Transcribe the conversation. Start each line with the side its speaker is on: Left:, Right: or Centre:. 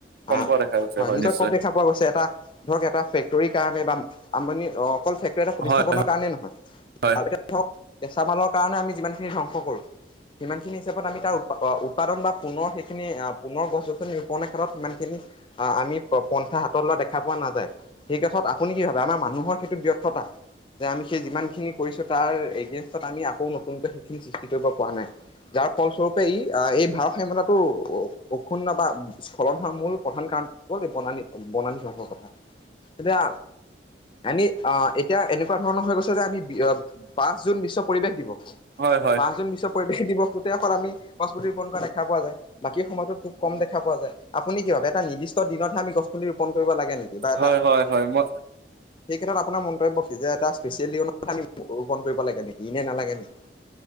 Right: কম
Left: অ'
Right: পোৱা দেখা গৈছে
Left: হয় নিজৰ
Right: নিশ্চয়
Left: কপি খ পোৱা গৈছে। এটা ধৰক এটা ফেক্টৰীৰ কাৰণে বা আম্বানি অকল ফেক্টৰী এটা প্ৰতিস্থাপনৰ
Right: হয়
Left: কাৰণে নহয়।
Right: হয়
Left: ধৰক কেঁচা মালৰ কাৰণে আমি যিমানখিনি ধ্বংস কৰো। সিমানখিনি হিচাপত আমি তাৰ উৎপাদন বা পুনৰ সেইখিনি পুনৰ গছ ৰোপণৰ ক্ষেত্ৰত সিমানখিনি আমি পন্থা হাতত লোৱা দেখা পোৱা নাযায়। সেই কথাত আপুনি কি ভাবে? আমাৰ মানুহৰ সেইটো ব্যৰ্থতা। যে আমি সেই যিমান খিনি কৰিছোঁ তাৰ পিছত আমি আকৌ নতুনকৈ সেইখিনি সৃষ্টি কৰিব পৰা নাই। যাৰ ফলস্বৰূপে ই এই ভাৰ সাম্যতাটো অক্ষুন্ন বা স্খলন হোৱাৰ মূল প্ৰধান কাৰণটো হ'ল বনানি, বনানি ধ্বংসৰ কথা। এতিয়া আমি অ, এতিয়া এনেকুৱাঁ ধৰণৰ হৈ গৈছে যে আমি পিচ বা জুন বিশ্ব পৰিৱেশ দিবস,
Right: হয়
Left: পাঁচ জুন বিশ্ব বিশ্ব পৰিৱেশ দিৱসটোটে আমি গছপুলি ৰোপণ কৰা দেখা পোৱা যায়। বাকী সময়তো খুব কম দেখা পোৱা যায়। আপুনি কি ভাবে? এটা নিৰ্দিষ্ট দিনতহে আমি গছ পুলি ৰোপন কৰিব লাগে নেকি? বা এটা
Right: হয়, হয়, হয়। মই
Left: সেই ক্ষেত্ৰত আপোনাৰ মন্তব্য কি? যে এটা স্পেচিয়েল দিনতহে আমি ৰোপণ কৰিব লাগে নেকি, ইনেই নালাগে নেকি?